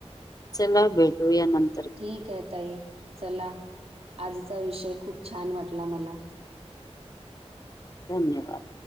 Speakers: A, on the left; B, on the right.
A: चला बेटूया नंत
B: ठीक य ताई, चला, आजचा विषय, खूप छान वाटला, मला.
A: धन्यवाद.